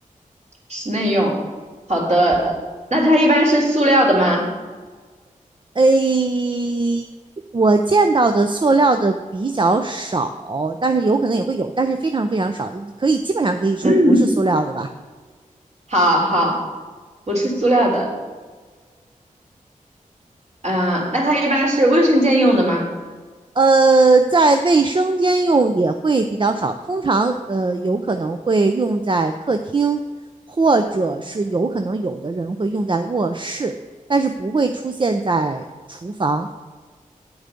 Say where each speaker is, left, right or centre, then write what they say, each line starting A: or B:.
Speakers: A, on the right; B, on the right.
A: 室内用。好的，那它一般是塑料的吗？
B: 诶，我见到的塑料的比较少，但是有可能也会有，但是非常非常少，可以基本上可以说不是塑料的吧。
A: 嗯，好好，不是塑料的。嗯、那它一般是卫生间用的吗？
B: 呃，在卫生间用也会比较少，通常呃有可能会用在客厅，或者是有可能有的人会用在卧室，但是不会出现在厨房。